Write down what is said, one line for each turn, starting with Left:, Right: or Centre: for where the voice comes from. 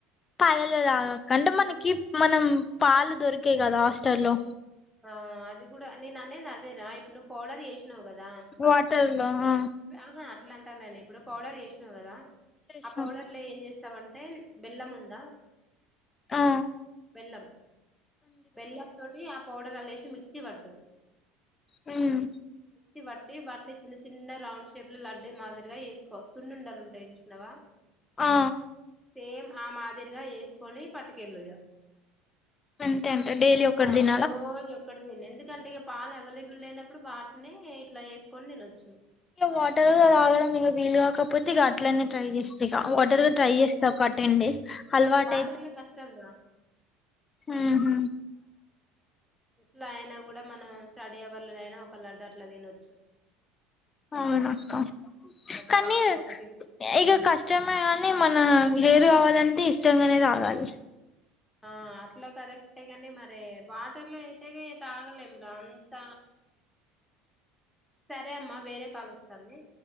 Left: పాలల్లో తాగాక అంటే మనకి మనం పాలు దొరికె యి కదా హాస్టల్లో.
Centre: ఆ అది కూడా నేను అనేది అదేరా ఇప్పుడు నువ్వు పౌడర్ చేసినావు కదా
Left: వాటర్ లో ఆ
Centre: ఆహా అట్లా అంటలేదు నేను ఇప్పుడు పౌడర్ చేసినావు కదా
Left: చేసినాం
Centre: ఆ పౌడర్ లో ఏం చేస్తవు. చేస్తవంటే బెల్లం ఉందా
Left: ఆ
Centre: బెల్లం బెల్లం తోటి ఆ పౌడర్ అల్లెసి మిక్సీ పట్టు
Left: ఉనా
Centre: మీక్ వట్టి వాటిని చిన్న చిన్న రౌండ్ షేప్ లో లడ్డు మాదిరిగా ఏసుకో సున్నుండలు ఉంటాయి చూసినావా <inaudible>
Left: ఆ
Centre: సేమ్ ఆ మాదిరిగా యేసుకొని పట్టుకెళ్ళు ఇగ
Left: అంతే అంటా డైలీ ఒకటి
Centre: ఆ
Left: తిను
Centre: రోజు ఎందుకంటే ఇగ పాలు అవైలబుల్ లేనప్పుడు వాటినే ఇట్లా చేసుకొని తినొచ్చు
Left: ఇక వాటర్ గా తగడం ఇంకా వీలు కాకపోతే ఇక అట్లనే ట్రై చేస్తా ఇగ వాటర్ గా ట్రై చేస్తాం ఒక టెన్ డేస్ అలవాటు
Centre: బాటిల్లో కష్టం రా
Left: ఆహ
Centre: ఇట్లా అయిన కూడా మనం స్టడీ అవర్లోనయినా ఒక లడ్డు అట్లా తినొచ్చు <unintelligible>
Left: అవును అక్క
Centre: ఒక
Left: కానీ
Centre: బాక్స్ లో ఒక ఫిఫ్
Left: ఇక కష్టమే కానీ మన హెయిర్ కావాలంటే ఇష్టంగానే తాగాలి
Centre: ఆ అట్లా కరెక్టే కాని మరి వాటర్ లో అయితే తాగలేం రా అంత సరే అమ్మా వేరే కాల్ వస్తాంది